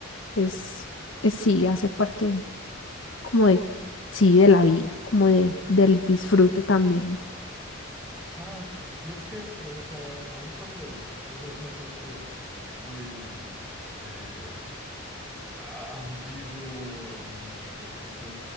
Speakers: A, on the left; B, in the centre.
A: Es, es sí, hace parte como de, sí, de la vida, como de, del disfrute también.
B: Ah, y es que, o sea, aun cuando tal vez me puse muy, este, a- ambiguo en eh, existe-